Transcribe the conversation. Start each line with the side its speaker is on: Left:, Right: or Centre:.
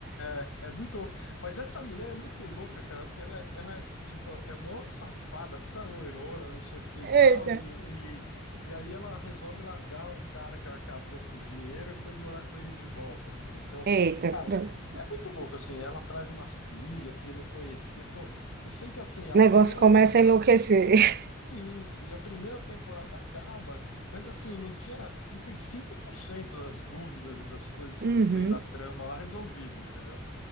Left: é, é muito louco. Mas essa mulher é muito louca, cara, porque ela, ela tipo, é mó safada, puta loirona, não sei o que e tal,
Right: Eita,
Left: e, e, e aí ela resolve largar um cara que ela casou por dinheiro e foi morar com ele de volta, assim. Então,
Right: eita,
Left: cara,
Right: pronto.
Left: é muito louco, assim. Ela traz uma filha que ele não conhecia. Pô, eu sei que, assim, a
Right: O
Left: primeira
Right: negócio
Left: temporada
Right: começa a enlouquecer. <laughs>
Left: é isso, e a primeira temporada acaba, mas, assim, não tinha, não tem 5% das dúvidas e das coisas
Right: Uhum.
Left: que tem da trama lá resolvida, entendeu?